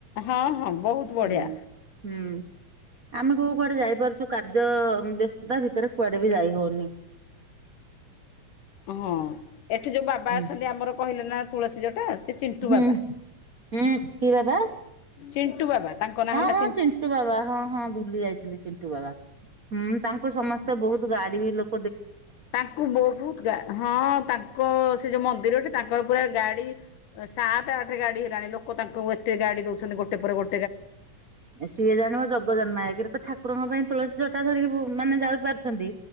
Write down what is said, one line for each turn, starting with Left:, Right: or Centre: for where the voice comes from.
Left: ହଁ ହଁ ବହୁତ। ବଢ଼ିଆ
Right: ହୁଁ, ହୁଁ, ଆମେ କୁଆଡେ ଯାଇପାରୁଛୁ, କାର୍ଯ୍ୟ ବ୍ୟସ୍ତତା ଭିତରେ କୁଆଡେ ବି ଯାଇ ହଉନି।
Left: ହଁ। ଏଠି ଯୋଉ ବାବା
Right: ହୁଁ
Left: ଅଛନ୍ତି ଆମର କହିଲେ ନା ତୁଳସୀ ଜଟା, ସେ ଚିଣ୍ଟୁ
Right: ହୁଁ
Left: ବାବା।
Right: ହୁଁ, କି ବାବା?
Left: ଚିଣ୍ଟୁ ବାବା। ତାଙ୍କ ନାଁ
Right: ହଁ
Left: ହେଲା
Right: ହଁ ଚିଣ୍ଟୁ ବାବା ହଁ ହଁ ଭୁଲି ଯାଇଥିଲି ଚିଣ୍ଟୁ ବାବା। ହୁଁ ତାଙ୍କୁ ସମସ୍ତେ ବହୁତ ଗାଡି ବି ଲୋ
Left: ତାଙ୍କୁ ବହୁତ ଗା ହଁ ତାଙ୍କ ସେ ଯୋଉ ମନ୍ଦିରଟେ ତା ତାଙ୍କର ପୁରା ଗାଡି ସାତ ଆଠ ଗାଡି ହେଲାଣି ଲୋକ ତାଙ୍କୁ ଏତେ ଗାଡି ଦଉଛନ୍ତି ଗୋଟେ ପରେ ଗୋ
Right: ସିଏ ଜାଣିବ ଜଗ ଜନ୍ମା ଏକରେ ତ ଠାକୁରଙ୍କ ପାଇଁ ତୁଳସୀ ଜଟା ଧରିକି ବୁ ମାନେ ଯାଇ ପାରୁଛନ୍ତି